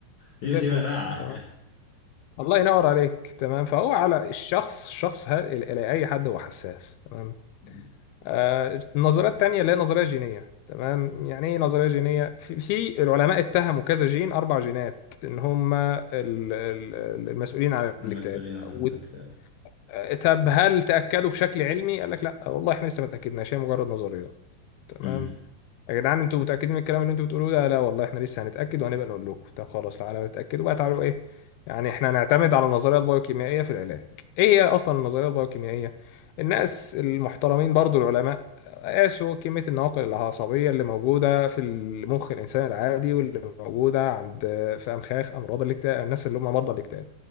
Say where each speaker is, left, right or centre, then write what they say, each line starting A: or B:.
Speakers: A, on the left (about 55°); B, on the left (about 80°).
A: في
B: زي
A: في
B: الفل
A: مناعة
B: تمام الله ينور عليك تمام فهو على الشخص الشخص ه- ال- ال- اي حد هو حساس تمام
A: <laughs> مم.
B: آه، النظرية التانية اللي هي نظرية جينية تمام يعني ايه نظرية جينية في, في العلماء اتهموا كذا جين اربع جينات ان هم ال- ال- ال- المسؤولين عن
A: المسؤولين
B: الاكتئاب
A: عن
B: و-
A: الاكتئاب
B: آه، طب هل تأكدوا بشكل علمي قال لك لا والله احنا لسه ما تأكدناش هي مجرد نظريات تمام
A: امم
B: يا جدعان انتوا متأكدين من الكلام اللي انتوا بتقولوه ده لا والله احنا لسه هنتأكد وهنبقى نقول لكم طب خلاص لو على ما تتأكدوا بقى تعالوا ايه يعني احنا هنعتمد على النظرية البايوكيميائية في العلاج ايه هي اصلا النظرية البايوكيميائية الناس المحترمين برضو العلماء قاسوا كمية النواقل العصبية اللي موجودة في المخ الإنسان العادي واللي موجودة عند في أمخاخ أمراض الاكتئاب الناس اللي هم مرضى الاكتئاب